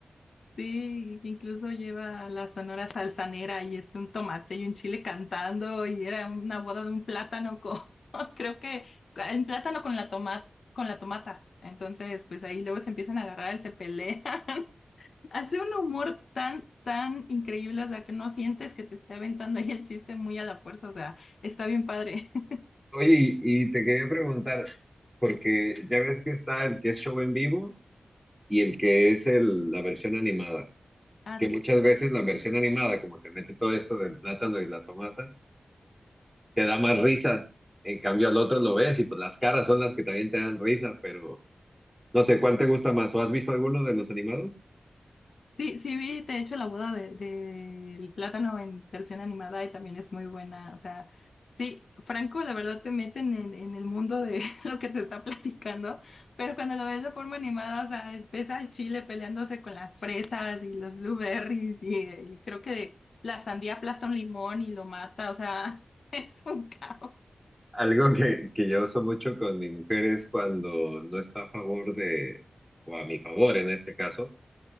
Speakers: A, on the left; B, in the centre.
A: Sí, incluso lleva la sonora salsanera y es un tomate y un chile cantando y era una boda de un plátano con, <laughs> creo que un plátano con la toma, con la tomata. Entonces, pues ahí luego se empiezan a agarrar, se pelean. Hace un humor tan, tan increíble, o sea, que no sientes que te esté aventando ahí el chiste muy a la fuerza, o sea, está bien padre. <laughs>
B: Oye, y, y te quería preguntar, porque ya ves que está el que es show en vivo y el que es el, la versión animada,
A: Ah,
B: que
A: sí.
B: muchas veces la versión animada, como te mete todo esto del plátano y la tomata, te da más risa. En cambio, al otro lo ves y pues las caras son las que también te dan risa, pero no sé, ¿cuál te gusta más? ¿O has visto alguno de los animados?
A: Sí, sí vi, de hecho, la boda de, del plátano en versión animada y también es muy buena, o sea, sí, Franco, la verdad te meten en, en el mundo de <laughs> lo que te está platicando, pero cuando lo ves de forma animada, o sea, es- ves al chile peleándose con las fresas y los blueberries y, y creo que la sandía aplasta un limón y lo mata, o sea, <laughs> es un caos.
B: Algo que, que yo uso mucho con mi mujer es cuando no está a favor de, o a mi favor en este caso,